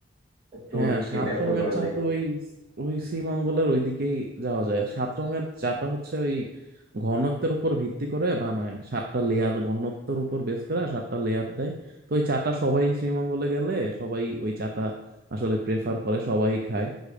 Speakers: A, on the right (about 25°); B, on the right (about 50°).
A: ট্যুর
B: হ্যাঁ
A: কে
B: সাত
A: ব্যর্থ
B: রঙের
A: করে
B: চা
A: দেয়
B: তো ওই ওই শ্রীমঙ্গলের ওইদিকেই যাওয়া যায় সাত রঙের চাটা হচ্ছে ওই ঘনত্বের উপর ভিত্তি করে বানায় সাতটা লেয়ার ঘনত্বের উপর বেস করে আর সাতটা লেয়ার দেয় তো ওই চাটা সবাই শ্রীমঙ্গলে গেলে সবাই ওই চাটা আসলে প্রেফার করে সবাই খায়